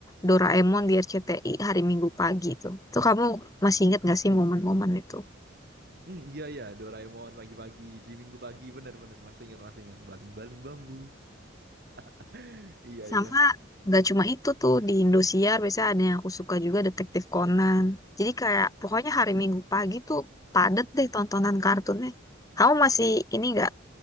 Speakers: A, on the left; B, on the right.
A: Doraemon di RCTI hari Minggu pagi tuh. Tuh kamu masih inget nggak sih momen-momen itu?
B: Hmm iya iya Doraemon pagi-pagi di Minggu pagi bener-bener masih ingat masih ingat baling-baling bambu. <laughs> Iya
A: Sama
B: iya
A: nggak cuma itu tuh di Indosiar biasanya ada yang aku suka juga Detektif Conan. Jadi kayak pokoknya hari Minggu pagi tuh padet deh tontonan kartunnya. Kamu masih ini nggak